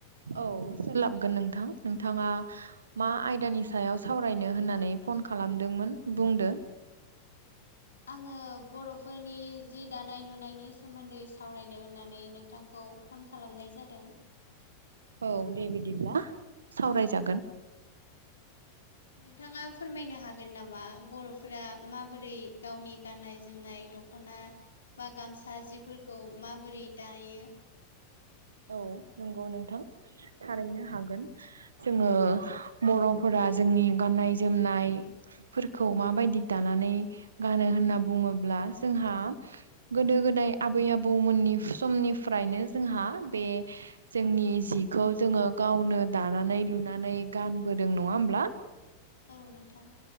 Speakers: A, on the right; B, on the left.
A: औ सोलाबगोन नोंथां नोंथाङा मा आयदानि सायाव सावरायनो होननानै फन खालामदोंमोन बुंदो?
B: आङो बर'फोरनि जि दानाय लुनायनि सोमोन्दै सावरायनो होननानै नोंथांखौ खौ फन खालामनाय जादों।
A: औ दे बिदिब्ला सावराय जागोन।
B: नोंथाङा फोरमायनो हागोन नामा बर'फोरा माबोरै गावनि गाननाय जोमनाय द दख'ना बा गामसा जिफोरखौ माबोरै दायो
A: औ नंगौ नोंथां थारैनो हागोन जोङो बर'फोरा जोंनि गाननाय जोमनायफोरखौ माबायदि दानानै गानो होनना बुङो ब्ला जोंहा गोदो गोदाय आबै आबौमोननि समनिफ्रायनो जोंहा बे जोंनि जिखौ जोङो गावनो दानानै लुनानै गानबोदों नङा होमब्ला <unintelligible>
B: औ नोंथां